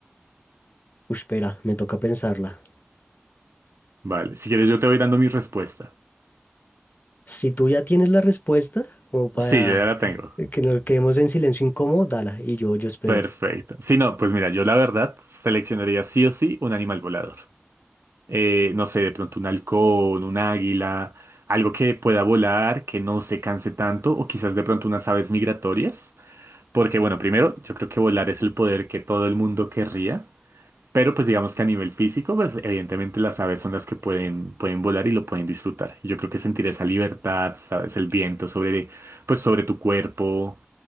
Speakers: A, on the left; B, on the right.
A: Uy, espera, me toca pensarla.
B: Vale, si quieres yo te voy dando mi respuesta.
A: Si tú ya tienes la respuesta, como para
B: Sí, yo ya la tengo.
A: que nos quedemos en silencio incómodo, dala. Y yo, yo espero.
B: Perfecto. Si no, pues mira, yo la verdad seleccionaría sí o sí un animal volador. Eh, no sé, de pronto un halcón, un águila, algo que pueda volar, que no se canse tanto, o quizás de pronto unas aves migratorias. Porque bueno, primero, yo creo que volar es el poder que todo el mundo querría, pero pues digamos que a nivel físico, pues evidentemente las aves son las que pueden, pueden volar y lo pueden disfrutar. Y Yo creo que sentir esa libertad, sabes, el viento sobre, pues sobre tu cuerpo